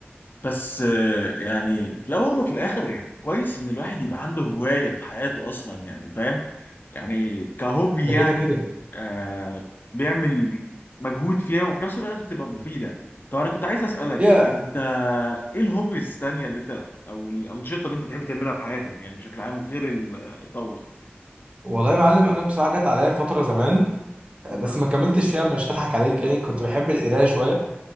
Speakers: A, on the left; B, on the right.
A: بس آه، يعني في الاول وفي الاخر يعني كويس ان الواحد يبقى عنده هوايه في حياته اصلا يعني فاهم يعني كهوبي
B: ده
A: يعني
B: كده كده
A: آه بيعمل مجهود فيها وفي نفس الوقت بتبقى مفيده طب انا كنت عايز اسالك
B: هي
A: انت ايه الهوبيز الثانيه اللي انت او الانشطه اللي انت بتحب تعملها في حياتك يعني بشكل عام غير الطاوله
B: والله يا معلم انا بصراحه جت عليا فتره زمان
A: نعم.
B: بس ما كملتش فيها مش هضحك عليك يعني كنت بحب القرايه شويه